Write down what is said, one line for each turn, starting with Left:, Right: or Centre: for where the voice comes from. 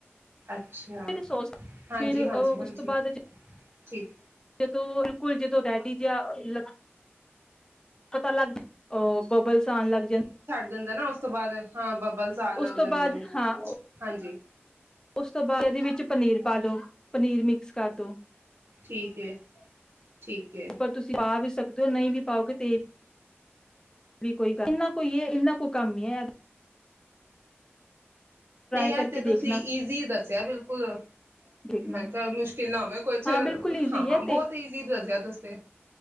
Right: ਅੱਛਾ
Left: <unintelligible>
Right: ਹਾਂਜੀ
Left: ਫਿਰ
Right: ਹਾਂਜੀ
Left: ਓ-ਉਸ
Right: ਹਾਂਜੀ
Left: ਤੋਂ ਬਾਅਦ।
Right: ਠੀਕ।
Left: ਜਦੋ ਬਿਲਕੁਲ ਜਦੋਂ ਰੈਡੀ ਜਿਹਾ ਲਗ <inaudible> ਪਤਾ ਲੱਗ ਜੇ ਉਹ ਬੱਬਲਜ਼ ਆਨ ਲੱਗ ਜਾਣ
Right: ਦਿੰਦਾ ਨਾ ਓਸ ਉਸ ਤੋਂ ਬਾਅਦ, ਹਾਂ ਬੱਬਲਜ਼ ਆਨ ਲਗ
Left: ਤੋਂ
Right: ਜਾਂਦੇ
Left: ਬਾਅਦ
Right: ਨੇ।
Left: ਹਾਂ
Right: ਹਾਂਜੀ।
Left: ਉਸ ਤੋਂ ਇਹਦੇ ਵਿੱਚ ਪਨੀਰ ਪਾ ਦੋ, ਪਨੀਰ ਮਿਕਸ ਕਰ ਦੋ।
Right: ਠੀਕ ਏ। ਠੀਕ ਏ
Left: ਪਰ ਤੁਸੀ ਪਾ ਵੀ ਸਕ ਤੇ ਔ ਨਈ ਵੀ ਪਾਔਗੇ ਤੇ ਵੀ ਕੋਈ ਗੱਲ ਭ ਯੇ ਇਨ੍ਹਾਂ ਕੂ ਕੰਮ ਈ ਐ
Right: ਨਈ
Left: ਕਰਕੇ
Right: ਔ ਤੇ ਤੁਸੀਂ
Left: ਦੇਖਣਾ
Right: ਈਜ਼ੀ ਦੱਸਿਐ ਬਿਲਕੁਲ।
Left: ਦੇਖਣਾ
Right: ਮੈਂ ਕਿਆ ਮੁਸ਼ਕਿਲ ਨਾ ਹੋਵੇ ਕੋਛ,
Left: ਹਾਂ ਬਿਲਕੁਲ ਈਜ਼ੀ
Right: ਹਾਂ
Left: ਹੈ
Right: ਬੋਤ ਈਜ਼ੀ ਦੱਸਿਆ। ਤੁਸ ਤੇ